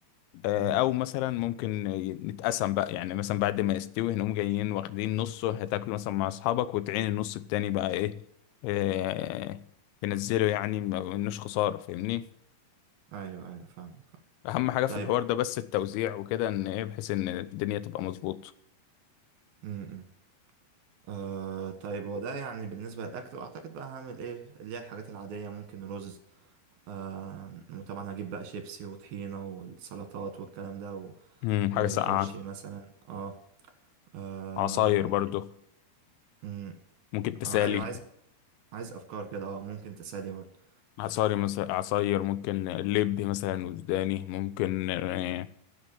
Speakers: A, on the left; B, on the right.
A: آه،
B: امم
A: او مثلا ممكن نتقسم بقى يعني مثلا بعد ما يستوي هنقوم جايين واخدين نصه هتاكله مثلا مع اصحابك وتعين النص التاني بقى ايه آه، تنزله يعني ما منوش خسارة فاهمني
B: ايوه ايوه فاهمك فاهم
A: اهم حاجة
B: طيب
A: في الحوار ده بس التوزيع وكده ان ايه بحيث ان الدنيا تبقى مظبوط
B: امم آه طيب هو ده يعني بالنسبة للأكل وأعتقد بقى هعمل إيه اللي هي الحاجات العادية ممكن رز آه وطبعا هجيب بقى شيبسي وطحينة والسلطات والكلام ده
A: مم،
B: وتورشي
A: حاجة ساقعة
B: مثلا اه آه
A: عصاير برضو
B: مم.
A: ممكن تسالي
B: آه ايوه عايز عايز افكار كده اه ممكن تسالي برضه
A: عصاري مثلا عصاير ممكن لب مثلا وجداني ممكن آه،